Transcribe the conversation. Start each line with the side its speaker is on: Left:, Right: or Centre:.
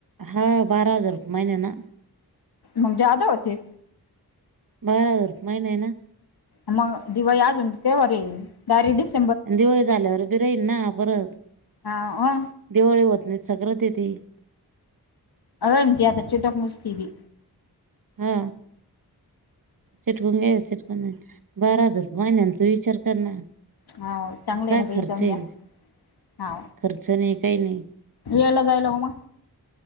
Right: हा बारा हजार रुपये महिना ना
Left: मग ज्यादा होचे
Right: बार महि नाही ना
Left: मग दिवाळी आजुन किती वर हे डायरेक्ट दिस
Right: दिवाळी झाल्यावर बी राहील ना परत
Left: हा
Right: दिवाळी होत नाही सक्रत येती
Left: रन ती आता चिटक मुस्तीबी
Right: हा चिटकून गे चिटकून बारा हजार महिन्याला तू विचार कर ना
Left: हा चांगले
Right: काय
Left: आहे ना बाई
Right: खर्च
Left: जाऊ
Right: आहे
Left: द्या हा
Right: खर्च नाही काही नाही
Left: यायला जायला हो मग